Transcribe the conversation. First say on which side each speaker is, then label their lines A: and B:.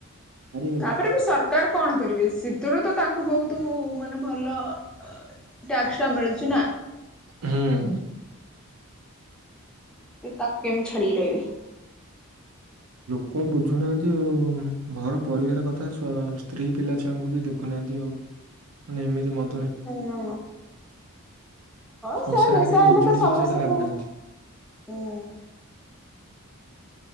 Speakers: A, on the right (about 85°); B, in the centre.
A: ହବନି।
B: ତାପରେ ବି ସରକାର କଣ କରିବେ ଶୀତରୁ ତ ତାଙ୍କୁ ବହୁତ ମାନେ ଭଲ ଟ <inaudible> ା ମିଳୁଛି ନା,
A: ହଁ।
B: ସେ ତାକୁ। କେମ ଛଡି ରିହିବି।
A: କଣ ବୁଝୁନାହାନ୍ତି ଆଉ ଘର ପରିବାର କଥା <unintelligible> ସ୍ତ୍ରୀ ପିଲାଛୁଆଙ୍କୁ ବି ଦେଖୁନାହାନ୍ତି ଆଉ ମାନେ ଏମିତି ମ।
B: ହୁଁ ହଁ
A: ସଂସାର
B: ସେ ନିଶା
A: ଟା କାଇଁ
B: ହେଲେ
A: ଉଜୁଡି
B: ତ ସମସ୍ତଙ୍କୁ
A: ଯିବ ସେଇଟା ଭାବୁନାହାନ୍ତି।
B: ହୁଁ।